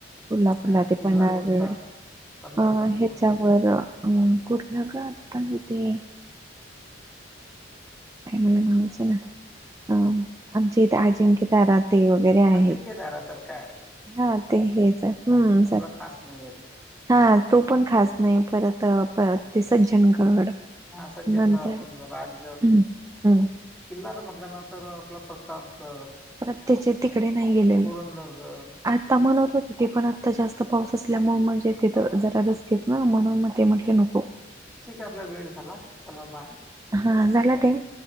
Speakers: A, on the right; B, in the centre.
A: कोल्हापुरला
B: हा
A: ते
B: किल्ला
A: पन्हाळगड
B: कोणता पन्हाळगड
A: अ
B: सोडून
A: ह्याच्यावर अ कुठलं गं आता इथे तेे. काय मला नावाच येईना अ आमच्या इथे अजिंक्यतारात ते वगैरे आहेत,
B: अजिंक्य तारा तर काय
A: हा ते हेच हम्म.
B: असल <unintelligible>
A: हा तो पण खास नाही परत ते आपलं सज्जनगड.
B: हा सज्जनगड
A: नंतर
B: पण जरा राजगड.
A: हम्म हम्म
B: किल्ला जर म्हटलं ना तर आपला प्रतापगड.
A: परत त्याचे तिकडे नाही गेले
B: पुरंदरगड
A: आ आता मला वाटलं तिथे पण आता जास्त पाऊस असल्यामुळे म्हणजे तिथं
B: हा
A: जरा रिस स्क असते ना म्हणून मग ते म्हटले नको.
B: ठीक आहे आपला वेळ झाला चला बाय.
A: हा हा झाला टाईम.